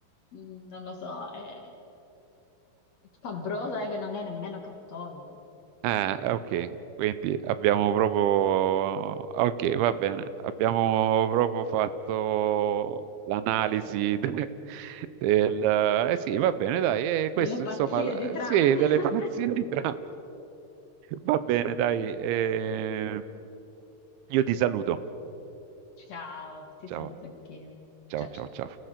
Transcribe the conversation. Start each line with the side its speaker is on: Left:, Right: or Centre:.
Left: mh, non lo so, è scabrosa è che non è nemmeno cattolico.
Right: Ah, ok, quindi abbiamo proprio... Ok, va bene, abbiamo proprio fatto l'analisi <laughs> de- del... Eh sì, va bene, dai, e
Left: Delle
Right: questo
Left: pazzie
Right: insomma, la-
Left: di Trump.
Right: sì, delle
Left: <laughs>
Right: fazioni tra... Va bene, dai, eh, io ti saluto.
Left: Ciao, ti
Right: Ciao,
Left: saluto anch'io.
Right: ciao,
Left: Ciao
Right: ciao,
Left: ciao.
Right: ciao.